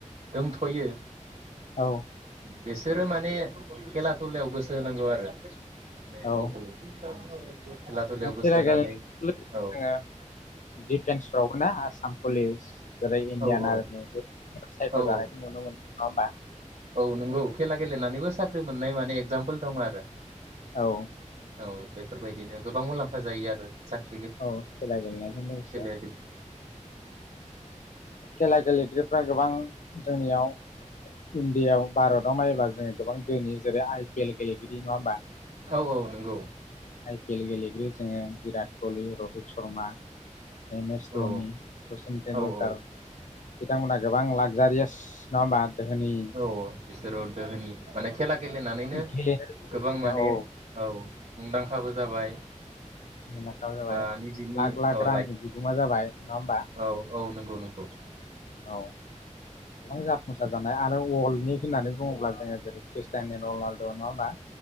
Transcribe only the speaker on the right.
दोंथ'यो।
बिसोरो माने खेला दुलायाव गोसो होनांगौ आरो। ने
गावखौ <inaudible> दुलायाव गोसो
होनानै
औ
औ
औ
औ
औ
औ नंगौ खेला गेलेनानैबो साख्रि मोननाय माने एगजामपोल दं आरो।
औ बेफोरबायदिनो गोबां मुलाम्फा जायो आरो। साख्रि
खेलाया गेले
औ औ नंगौ।
औ
औ औ
औ बिसोरो दोहोनि माने खेला गेलेनानैनो
गोबां माने,
औ। मुंदांखाबो जाबाय।
बा निजिनि
लाइफ
औ औ नंगौ नंगौ